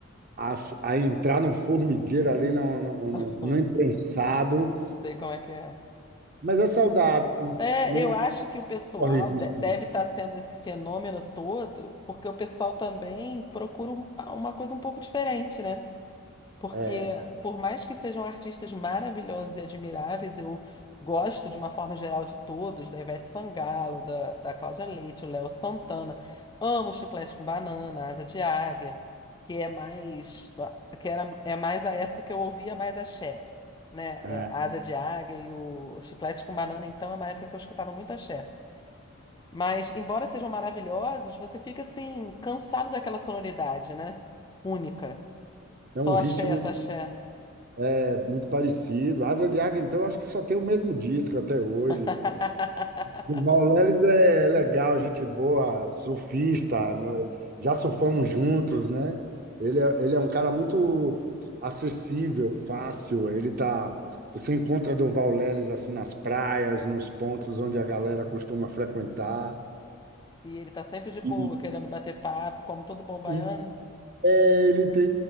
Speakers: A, on the right; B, on the left.
A: a, s- a entrar no formigueiro ali, no, no, no,
B: <laughs>
A: no imprensado,
B: Sei como é que é.
A: mas é saudável,
B: É,
A: não
B: eu acho que o pessoal
A: corre risco.
B: de- deve
A: não.
B: estar sendo esse fenômeno todo, porque o pessoal também procura um- uma coisa um pouco diferente, né? Porque,
A: É,
B: por mais que sejam artistas maravilhosos e admiráveis, eu gosto de uma forma geral de todos, da Ivete Sangalo, da, da Cláudia Leite, o Léo Santana. Amo Chiclete com Banana, Asa de Águia, que é mais, que era, é mais a época que eu ouvia mais axé, né? É,
A: é,
B: a Asa de Águia e o Chiclete com Banana, então, é uma época que eu escutava muito axé. Mas, embora sejam maravilhosos, você fica, assim, cansado daquela sonoridade, né? Única. Só
A: é um ritmo
B: axé, só axé.
A: É muito parecido. Asa de Águia, então, eu acho que só tem o mesmo disco até hoje.
B: <laughs>
A: Durval Lelis é legal, gente boa, surfista, né? já surfamos juntos, né? Ele é, ele é um cara muito acessível, fácil. Ele tá. Você encontra Durval Lelis assim nas praias, nos pontos onde a galera costuma frequentar.
B: E ele tá sempre de boa,
A: E,
B: querendo bater papo, como todo bom baiano.
A: e é, ele tem